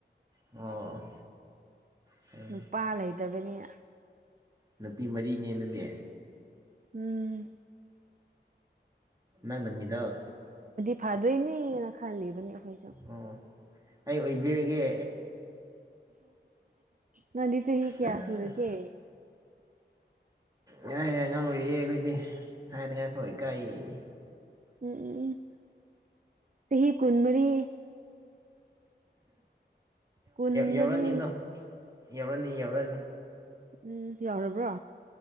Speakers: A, on the right; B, on the right.
A: ꯑꯣ ꯐꯩꯅꯦ
B: ꯅꯨꯄꯥ ꯂꯩꯇꯕꯅꯤꯅ
A: ꯅꯨꯄꯤ ꯃꯔꯤꯅꯦ ꯑꯗꯨꯗꯤ
B: ꯎꯝ
A: ꯅꯪꯅ ꯃꯤꯗꯜ
B: ꯐꯥꯗꯣꯏꯅꯤ ꯈꯥꯜꯂꯤꯕꯅꯤ ꯑꯩꯈꯣꯏꯁꯨ
A: ꯑꯣ ꯑꯩ ꯑꯣꯏꯕꯤꯔꯒꯦ
B: ꯅꯗꯤ ꯆꯍꯤ ꯀꯌꯥ
A: ꯑꯩ
B: ꯁꯨꯔꯒꯦ
A: ꯍꯦ ꯑꯉꯥꯡ ꯑꯣꯏꯔꯤꯌꯦ ꯑꯩꯈꯣꯏꯗꯤ ꯍꯥꯏꯅꯤꯡꯉꯥꯏ ꯐꯥꯎ ꯏꯀꯥꯏꯌꯦ
B: ꯎꯝ ꯎꯝ ꯆꯍꯤ ꯀꯨꯟꯃꯔꯤ ꯀꯨꯟꯃꯔꯤ
A: ꯌꯧꯔꯅꯤꯗꯣ ꯌꯧꯔꯅꯤ ꯌꯧꯔꯅꯤ
B: ꯎꯝ ꯌꯧꯔꯕ꯭ꯔꯣ